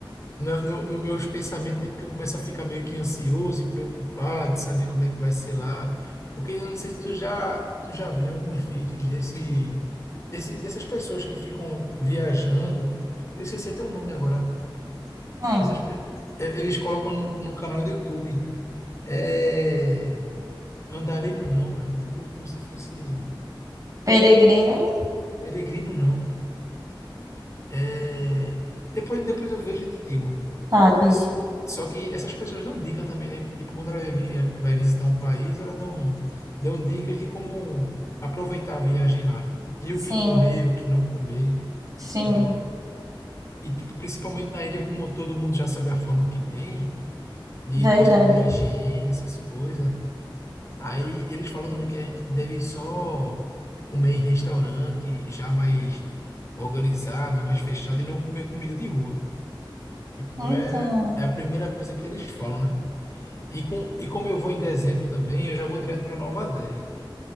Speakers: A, on the left; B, on the right.
A: na- no, no meus pensamentos, né? Porque eu começo a ficar meio que ansioso e preocupado, de saber como é que vai ser lá. Porque eu não sei se tu já, tu já viu alguns vídeos desse, desse, dessas pessoas que ficam viajando. Eu esqueci até o nome agora.
B: Hum,
A: que essas pe- eh, eles colocam no, no canal do YouTube. É andarilho não, é tipo como se fosse
B: peregrino,
A: peregrino não. É depois depois eu vejo e te digo.
B: sabe?
A: S- Só que essas pessoas dão dica também, né? Que tipo quando ela vai, vi- vai visitar um país, elas dão dão dicas de como aproveitar a viagem lá e
B: Sim,
A: o que comer, o que não comer,
B: sim,
A: entendeu? E tipo principalmente na ilha como todo mundo já sabe a fama que tem de
B: verdade.
A: questão de higiene, essas coisas. Aí eles falam também que a gente deve só comer em restaurante já mais organizado, mais fechado e não comer comida de rua. Tipo,
B: Então.
A: é, é a primeira coisa que eles falam, né? E, com, e como eu vou em dezembro também, eu já vou direto para Nova Delhi.